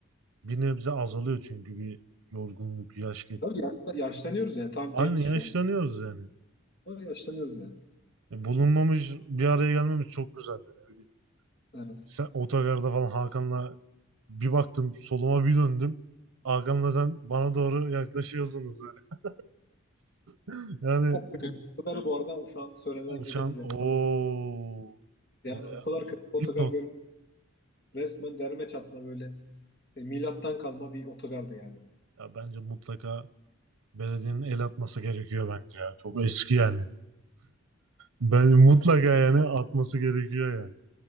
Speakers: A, on the right (about 85°); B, on the left (about 50°).
A: bir nebze azalıyor çünkü bir yorgunluk, yaş geç.
B: Tabii yaşla- yaşlanıyoruz yani. Tam
A: Aynı
B: genciz
A: yaşlanıyoruz
B: şu an.
A: yani.
B: Ama yaşlanıyoruz yani.
A: E, Bulunmamış bir araya gelmemiz çok güzeldi. Ne bileyim.
B: Evet.
A: Sen otogarda falan Hakan'la Bir baktım soluma bir döndüm. Hakan'la sen bana doğru yaklaşıyorsunuz böyle. <laughs> Yani
B: O Evet. otogarı bu arada şu an söylemeden
A: uçan
B: geçemeyeceğim.
A: o oraya
B: Yani o kadar kötü bir
A: dipnot.
B: otogar resmen derme çatma böyle e, milattan kalma bir otogardı yani.
A: Ya bence mutlaka belediyenin el atması gerekiyor bence ya. Çok eski yani. Ben mutlaka yani atması gerekiyor yani.